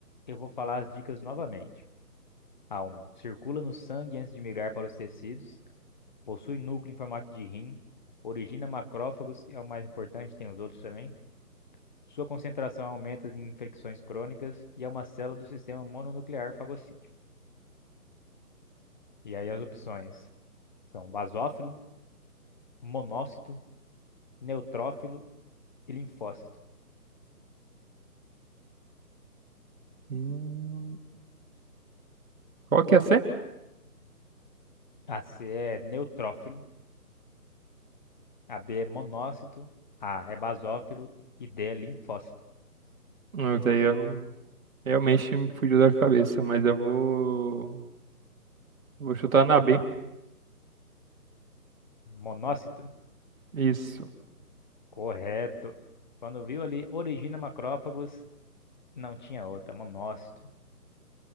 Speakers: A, on the left; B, on the right.
A: eu vou falar as dicas novamente. a um Circula no sangue antes de migrar para os tecidos. Possui núcleo em formato de rim. Origina macrófagos, que é o mais importante, tem os outros também. Sua concentração aumenta em infecções crônicas e é uma célula do sistema mononuclear fagocítico. E aí as opções são basófilo monócito, neutrófilo e linfócito.
B: Hum, qual que é a C?
A: A C é neutrófilo, a B é monócito, A é basófilo e D é linfócito.
B: Mas aí eu não... Realmente me fugiu da cabeça, mas eu vou... Vou chutar na B.
A: Monócito?
B: Isso.
A: Correto. Quando viu ali origina macrófagos, não tinha outra, monócito.